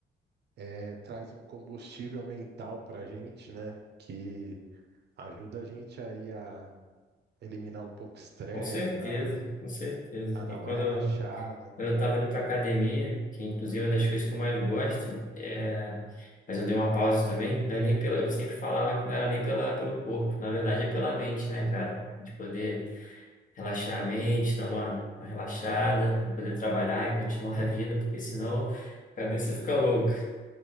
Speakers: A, on the right (about 55°); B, on the left (about 40°).
A: é, traz um combustível mental para a gente, né? Que ajuda a gente aí a eliminar um pouco o estresse,
B: Com certeza,
A: a,
B: com certeza.
A: a dar
B: E
A: uma
B: quando
A: relaxada.
B: Quando eu estava indo para academia, que inclusive é uma das coisas que eu mais gosto, é... mas eu dei uma pausa também, não é nem pela... eu sempre falava que não era nem pela... pelo corpo, na verdade é pela mente, né, cara? De poder relaxar a mente, dar uma, uma relaxada, pra poder trabalhar e continuar a vida, porque senão a cabeça fica louca.